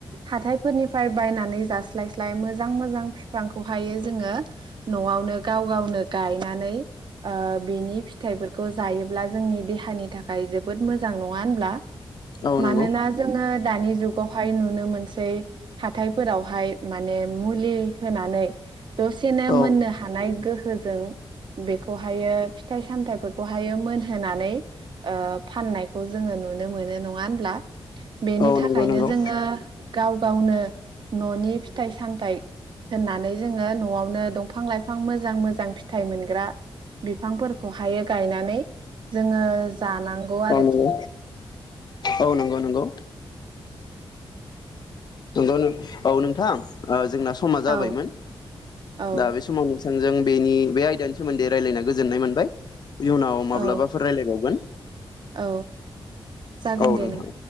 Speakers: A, on the right; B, on the left.
A: हाथायफोरनिफ्राय बायनाय नानै जास्लाय स्लाय मोजां मोजां फिफांखौ हायो जोङो न'आवनो गाव गावनो गायनानै ओ बिनि फिथाइफोरखौ जायोब्ला जोंनि देहानि थाखाय जोबोद मोजां नङा होनब्ला?
B: औ
A: मानोना
B: नंगौ
A: जोङो दानि जुग हाय नुनो मोनसै हाथायफोरावहाय माने मुलि होनानै दसेनो
B: औ
A: मोननो हानाय गोहो फोजों बेखौहायो फिथाइ सामथाइफोरखौहायो मोनहोनानै ओ फाननायखौ जोङो नुनो मोनो नङा होनब्ला? बेनि
B: औ
A: थाख
B: नंगौ
A: खायनो
B: नंगौ
A: जोङो गाव गावनो न'नि फिथाइ सामथाय होननानै जोङो न'आवनो दंफां लाइफां मोजां मोजां फिथाइ मोनग्रा बिफांफोरखौहायो गायनानै जोङो जानांगौ
B: औ
A: आरोखि
B: नंगौ
A: <unintelligible>
B: औ नंगौ नंगौ। नंगौ नो औ नोंथां ओ जोंनास समा जाबायमोन
A: औ औ
B: दा बे समावनोस थांजों बेनि बे आयदानि सोमोन्दै रायलायना गोजोन्नाय मोनबाय। इयुनाव माब्लाबाफोर
A: औ
B: रायलायबावगोन
A: औ जागोन
B: औ
A: दे
B: नोंथां।